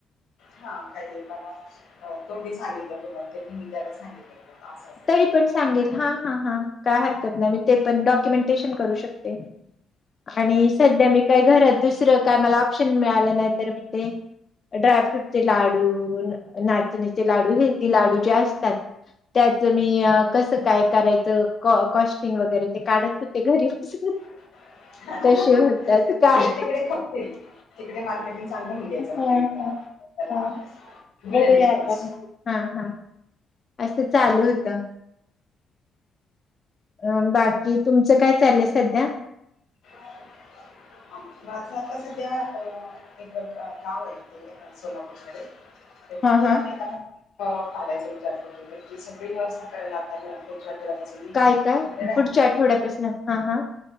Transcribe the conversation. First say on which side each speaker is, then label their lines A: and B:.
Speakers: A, on the left (about 80°); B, on the left (about 35°).
A: हा काही नाही बाबा अ तोंडी सांगितलं पुर्ण ते लिहून द्यायला सांगितलं. कुणाला असं असं
B: तरी
A: केलं
B: पण सांगेल हा. हा हा काय हरकत नाही मी ते पण डॉक्युमेंटेशन करू शकते. आणि सध्या मी काय घरात दुसरं काय मला ऑप्शन मिळालं नाही तर मी ते ड्रायफ्रूटचे लाडू, नाचणीचे लाडू, हेल्दी लाडू जे असतात. त्याच मी अ कसं काय करायचं कॉ, कॉस्टिंग वगैरे ते काढत होते घरी बसून.
A: हा.. हा..
B: कसे
A: हा..
B: होतात काय
A: इकडे तिकडे खपतील. तिकडे मार्केटिंग चांगलं मिळायचं म्हणजे
B: हा
A: त्याला
B: हा हा
A: मिळेल
B: बघूया
A: रिस्पॉन्स
B: आता, हा हा असं चालू होतं. अ बाकी तुमचं काय चाललंय सध्या?
A: हा. माझं आता सध्या अ, एक गाव आहे ते सोलापूरकडे तर तिथे
B: हा हा
A: आता आम्ही ना, अ काढायचा विचार करतोय तर तिथली सगळी व्यवस्था करायला लागणार या पुढच्या आठवड्यापासून मी
B: काय काय
A: तिकडे राहणार
B: पुढच्या आठवड्यापासनं हां-हां.